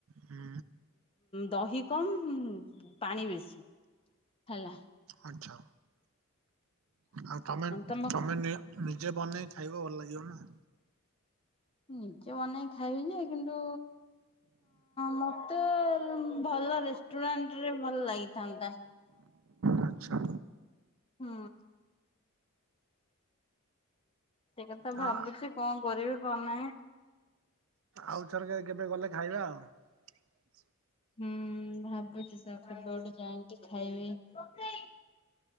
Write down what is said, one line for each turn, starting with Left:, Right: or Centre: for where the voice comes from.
Right: ହୁଁ
Left: ଦହି କମ, ପାଣି ବେଶୀ। ହେଲା।
Right: ଆଛା, ଆଉ ତମେ ଆଉ
Left: ତମ
Right: ତମେ ନିଅ। ନିଜେ ବନେଇ ଖାଇବ, ଭଲ ଲାଗିବ ନା।
Left: ନିଜେ ବନେଇ ଖାଇବି ଯେ କିନ୍ତୁ ମତେ ଭଲ ରେଷ୍ଟୁରାଣ୍ଟ ରେ ଭଲ ଲାଗିଥାନ୍ତା।
Right: ଆଚ୍ଛା।
Left: ହୁଁ। ସେ କଥା ଭାବୁଛି
Right: ହଁ
Left: କଣ କରିବି? କଣ ନାହିଁ।
Right: ଆଉଥର କେ କେବେ ଗଲେ ଖାଇବା ଆଉ
Left: ହୁଁ ଭାବୁଛି ସେଇଆ, କେବେ ଗୋଟେ ଯାଇକି ଖାଇବି।